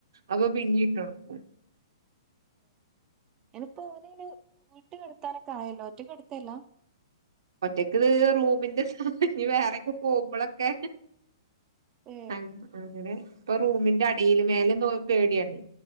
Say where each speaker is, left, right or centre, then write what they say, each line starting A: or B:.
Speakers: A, on the right (about 75°); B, on the right (about 25°).
A: അപ്പൊ പിന്നീട്ടൊട്ക്കും
B: ഇപ്പ ഓലയ്ന് വീട്ട് കടത്താനൊക്കെ ആയല്ലോ ഒറ്റക്കടത്തല്‌ല്ല
A: ഒറ്റക്ക്ത് റൂമിന്റെ വേറെക്കെ പോകുമ്പളൊക്കെ
B: ഏഹ്
A: അ അങ്ങനെ ഇപ്പൊ റൂമിന്റെ അടിയില് മേലക്ക് പോകുമ്പോ പേടിയാണ്